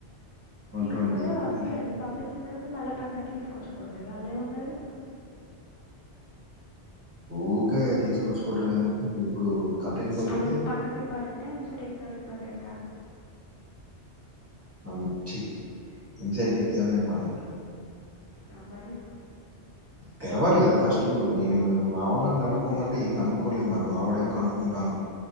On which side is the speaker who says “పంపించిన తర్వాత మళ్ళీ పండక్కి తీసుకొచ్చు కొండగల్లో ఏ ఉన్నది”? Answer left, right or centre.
Left